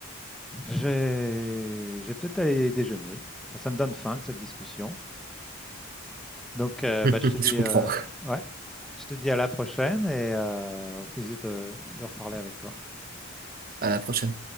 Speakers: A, in the centre; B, on the right (about 45°).
A: j'ai, j'ai peut-être aller déjeuner, ça, ça me donne faim cette discussion. Donc, euh,
B: <laughs> Je
A: bah, je te dis,
B: comprends.
A: euh, ouais, je te dis à la prochaine et euh, au plaisir de de reparler avec toi.
B: À la prochaine.